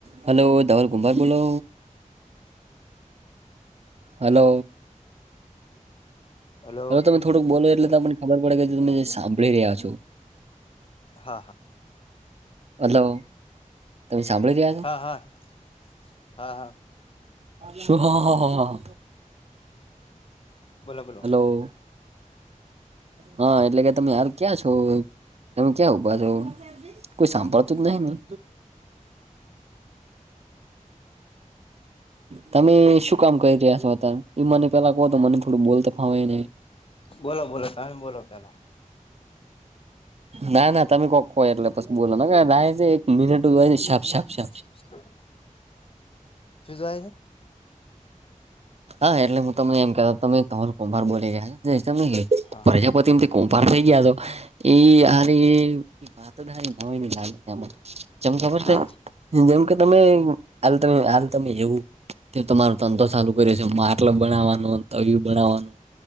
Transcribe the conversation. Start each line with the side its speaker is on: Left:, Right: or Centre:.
Right: Hello Dhaval કુમારભાઈ બોલો. Hello
Left: હલો
Right: હ તમે થોડુંક બોલો એટલે તમને ખબર પડે કે જે તમે સાભળી રહ્યા છો.
Left: હા હા.
Right: હલો તમે સાંભળી રહ્યા છો
Left: હા, હા હા હા.
Right: શું હ હા હા હ.
Left: બોલો બોલો
Right: હલો. હા એટલે કે તમે હાલ ક્યાં છો, તમે ક્યાં ઊભા છો? કોઈ સાંભળતું જ નહ નહિ તમે શું કામ કરી રહ્યા છો? અતાર એ મને પેલા કો તો મને થોડું બોલતા ફાવય ને
Left: બોલો બોલો તમે બોલો પેલા.
Right: ના ના તમે કોક એટલે પછ બોલો છે એક મિનટ છે છ છાપ છાપ
Left: હ <unintelligible> -શ જાય છે.
Right: હા એટલે હું તમને એમ કતા તમેલ કુભાર બોલી ગયા ત
Left: હા
Right: પ્રજાપતિ કુંભાર થઈ ગયા તો એ હરે વાતારી ન હોય ની લાગે જેમ ખબર
Left: હા
Right: છે. જેમ કે તમે ત હાલ તમે એવું કે તમારો તંધો સાલું છે માર્લ બનાવવાનું તવિું બનાવવાનું